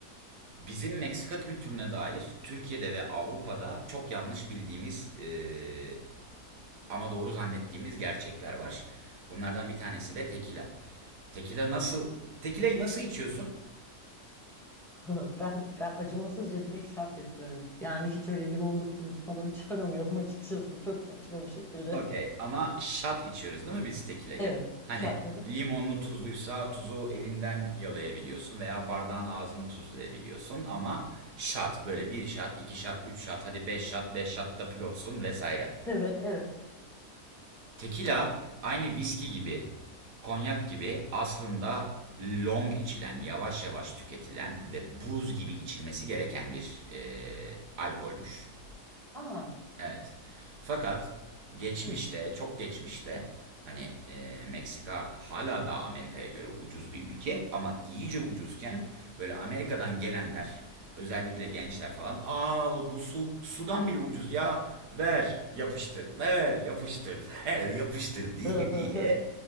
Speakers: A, on the right (about 80°); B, in the centre.
A: bizim Meksika kültürüne dair Türkiye'de ve Avrupa'da çok yanlış bildiğimiz eee, ama doğru zannettiğimiz gerçekler var. Bunlardan bir tanesi de tekila. Tekila nasıl tekilayı nasıl içiyorsun?
B: <laughs> Ben, ben acımasızca direkt şat yapıyorum. Yani hiç öyle limonlu tuzlu falan <laughs> hiç aramıyorum açıkçası. Çok saçma bir şekilde.
A: Okey ama şat içiyoruz değil mi biz tekileyi?
B: Evet,
A: Hani
B: şat. <laughs>
A: limonlu tuzluysa tuzu elinden yalayabiliyorsun veya bardağın ağzını tuzlayabiliyorsun ama şat böyle bir şat, iki şat, üç şat, hadi beş şat, beş şatta pilotsun vesaire.
B: Evet, evet.
A: Tekila aynı viski gibi, konyak gibi aslında long içilen, yavaş yavaş tüketilen ve buz gibi içilmesi gereken bir e, alkolmüş.
B: Aa,
A: Evet. Fakat geçmişte,
B: hı.
A: çok geçmişte hani e, Meksika hala daha Amerika'ya göre ucuz bir ülke ama iyice ucuzken böyle Amerika'dan gelenler özellikle gençler falan aa bu su sudan bile ucuz ya ver yapıştır ver yapıştır <laughs> ver yapıştır diye
B: <laughs>
A: diye